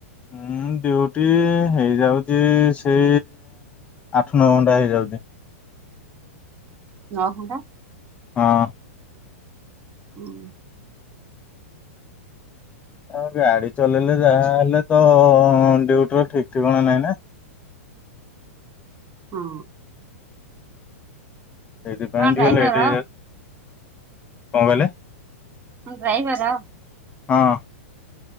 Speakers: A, on the left; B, on the right.
A: ଉଁ ଡ୍ୟୁଟି ହେଇଯାଉଛି ସେ ଆଠ ନଅ ଘଣ୍ଟା ହେଇଯାଉଛି।
B: ନଅ ଘଣ୍ଟା
A: ହଁ।
B: ହୁଁ।
A: ଆଉ ଗାଡ଼ି ଚଲେଇଲେ ଯାହା ହେଲେ ତ ଡ୍ୟୁଟିର ଠିକ୍ ଠିକଣା ନହିଁ ନା।
B: ହୁଁ।
A: ସେଥିପାଇଁ ଟିକେ
B: ଡ୍ରାଇଭର
A: ଲେଟ୍ ହେଇଯାଉଛି। କଣ କହିଲେ।
B: ହଁ ଡ୍ରାଇଭର।
A: ହଁ।